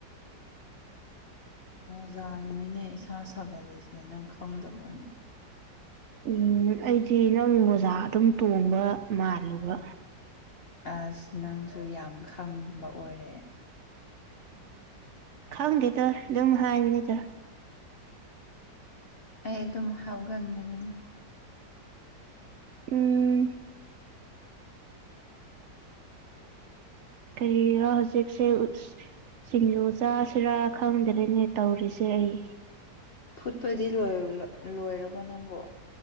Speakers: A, on the left (about 50°); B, on the right (about 80°).
A: ꯃꯣꯖꯥꯅꯅꯤꯅꯦ ꯏꯁꯥ ꯁꯥꯒꯠꯜꯂꯤꯁꯦ ꯅꯪ ꯈꯪꯗꯕ꯭ꯔꯅꯦ
B: ꯎꯝ ꯑꯩꯗꯤ ꯅꯪ ꯃꫭꯖꯥ ꯑꯗꯨꯝ ꯇꯣꯡꯕ ꯃꯥꯜꯂꯨꯕ꯫
A: ꯑꯁ ꯅꯪꯁꯨ ꯌꯥꯝ ꯈꯪꯕ ꯑꯣꯏꯔꯦ꯫
B: ꯈꯪꯗꯦꯗ ꯑꯗꯨꯝ ꯍꯥꯏꯕꯅꯤꯗ꯫
A: ꯑꯩ ꯑꯗꯨꯝ ꯍꯥꯎꯒꯟꯕꯅꯤꯗ꯫
B: ꯎꯝ ꯀꯔꯤꯔ ꯍꯧꯖꯤꯛꯁꯦ ꯎꯁ ꯁꯤꯡꯖꯨ ꯆꯥꯁꯤꯔꯥ ꯈꯪꯗ꯭ꯔꯦꯅꯦ ꯇꯧꯔꯤꯁꯦ ꯑꯩ꯫
A: ꯐꯨꯠꯄꯗꯤ ꯂꯣꯏꯔ ꯂꫭꯏꯔꯕ ꯅꯪꯕꫭ꯫